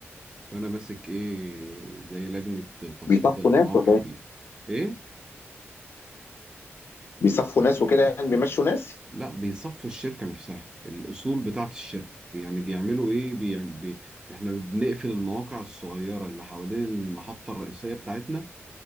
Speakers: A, on the right; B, on the left.
A: فأنا ماسك إيه زي لجنة تصفية
B: بيصفوا
A: المواقع
B: ناس ولا ايه؟
A: دي إيه؟
B: بيصفوا ناس وكده يعني بيمشوا ناس؟
A: لا بيصفوا الشركة نفسها الأصول بتاعة الشركة يعني بيعملوا إيه؟ بيعم... بي... إحنا بنقفل المواقع الصغيرة اللي حوالين المحطة الرئيسية بتاعتنا